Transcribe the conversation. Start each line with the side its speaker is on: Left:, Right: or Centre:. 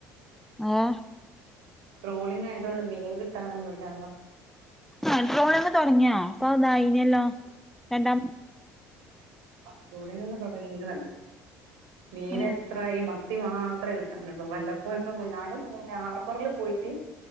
Centre: ഏഹ്
Right: ട്രോളിംഗായതുകൊണ്ട് മീൻ കിട്ടാനൊന്നു ഇല്ലാലോ
Centre: ആഹ് ട്രോളിങ് തൊടങ്ങിയോ ഇപ്പൊ അതായിനിയല്ലോ രണ്ടാമത്ത്
Right: ട്രോളിങ്ങക്കൊ തൊടങ്ങീക്കണ് മീന്
Centre: ആഹ്
Right: എത്രായി മത്ത് മത്തി മാത്രേ കിട്ടാനുള്ളൂ വല്ലപ്പോഴും ഇപ്പ മൂന്നാല് ദിവസം മുന്നേ ഹാർബറിൽ പോയിട്ട്